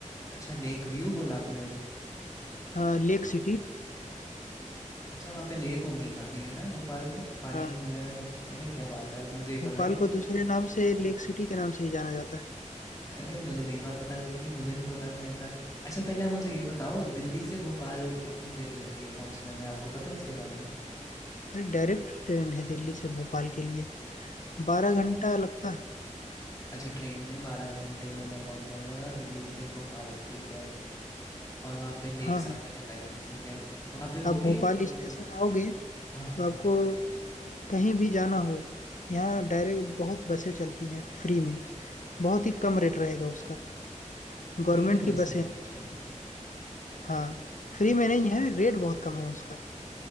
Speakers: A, on the left; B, on the left.
A: अच्छा लेक व्यू बोला आपने अभी
B: हाँ लेक सिटी
A: अच्छा वहाँ पे लेक होंगी काफ़ी है ना भोपाल में पानी
B: हाँ
A: वगैरह सब अरे क्या बात है मुझे ही
B: भोपाल
A: पता ही नहीं
B: को दूसरे नाम से लेक सिटी के नाम से ही जाना जाता है
A: अरे! मुझे नई बात पता लग गई, मुझे नहीं पता था ऐसा। अच्छा पहले आप मुझे ये बताओ दिल्ली से भोपाल कितनी देर लगती है पहुँचने में, आपको पता है उसके बारे में?
B: अरे डायरेक्ट ट्रेन है दिल्ली से भोपाल के लिए बारह घंटा लगता है
A: अच्छा ट्रेन में 12 घंटे में मैं पहुँच जाऊँगा दिल्ली से भोपाल, ठीक है। और वहाँ पे लेक्स
B: हाँ हाँ
A: आपने बताई, ठीक है। वहाँ पे
B: आप
A: वो भी
B: भोपाल
A: है कोई
B: स्टेशन आओगे
A: हाँ,
B: तो आपको कहीं भी जाना हो यहाँ डायरेक्ट बहुत बसें चलती हैं फ्री में बहुत ही कम रेट रहेगा उसका गवर्नमेंट
A: फ्री में
B: की
A: बस
B: बसें
A: है? अच्छा।
B: हैं हाँ फ्री में नहीं है रेट बहुत कम है उसका